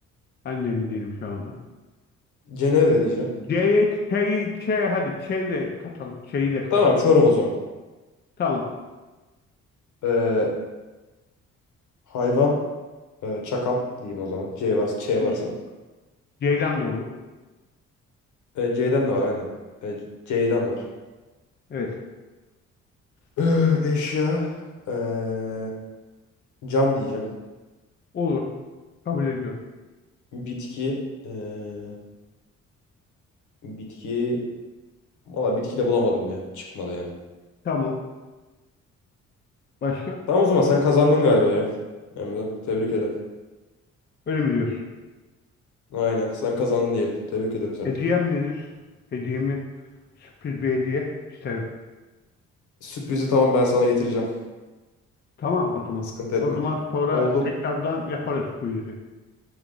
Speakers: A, on the left; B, on the left.
A: Ben de mi değilim şu anda.
B: Cenevre diyeceğim.
A: C'ye Ç'yi Ç hadi Ç'yi de katalım. Ç'yi de katalım.
B: Tamam Çorum o zaman.
A: Tamam.
B: Ee, hayvan e, çakal diyeyim o zaman. C varsa Ç
A: Tamam.
B: varsa.
A: Ceylan da olur.
B: Ee, C'den de var aynen. Ee, ceylan var.
A: Evet.
B: Ee, eşya ee, cam diyeceğim.
A: Olur. Kabul ediyorum.
B: Bitki ee, bitki valla bitki de bulamadım ya. Çıkmadı yani.
A: Tamam. Başka?
B: Tamam o zaman sen kazandın galiba ya. Emre tebrik ederim.
A: Öyle mi diyorsun?
B: Aynen sen kazandın diyelim. Tebrik ederim seni.
A: Hediyem nedir? Hediyemi sürpriz bir hediye isterim.
B: Sürprizi tamam ben sana getireceğim.
A: Tamam o zaman.
B: Sıkıntı etme.
A: O zaman sonra
B: Oldu.
A: tekrardan yaparız quiz'i.